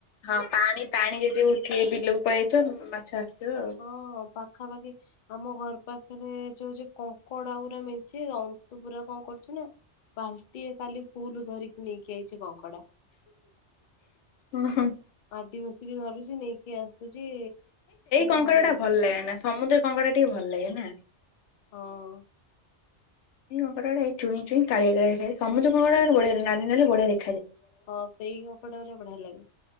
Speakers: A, on the left; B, on the left.
A: ହଁ ପାଣି ପାଣି ଯଦି ଉଠିବେ ବିଲକୁ ପଳେଇ ଯାଇଥିବ ମାଛ। ଆସିଥିବ ଆଉ।
B: ହଁ ପାଖାପାଖି। ଆମ ଘର ପାଖରେ ଯୋଉ ଯୋଉ କଙ୍କଡା ପୁରା ମିଞ୍ଚି ଅଂଶୁ ପୁରା କଣ କରୁଛୁ ନା। ବାଲଟିଏ କାଲି ଫୁଲ ଧରିକି ନେଇକି ଯଇଛି କଙ୍କଡା।
A: ହ ହ।
B: ମାଟି ବସିକି ଧରୁଛି ନେଇକି ଆସୁଛି।
A: କଙ୍କଡ଼ା
B: ଘରେ
A: ଟା ଡ଼ଭଲ
B: ରଖିଛି
A: ଲାଗେ ନା ସମୁଦ୍ର କଙ୍କଡ଼ାଟିିକ ବି ଭଲ ଲାଗେ ନା।
B: ହଁ।
A: ଙ୍କେ ଚୁଇଁ କାଆ ସମୁଦଙ୍କ ବାନେ ବଢେଇ।
B: ହଁ ସେଇ ଅପଟ ବଢିଆ ଲାଗେ।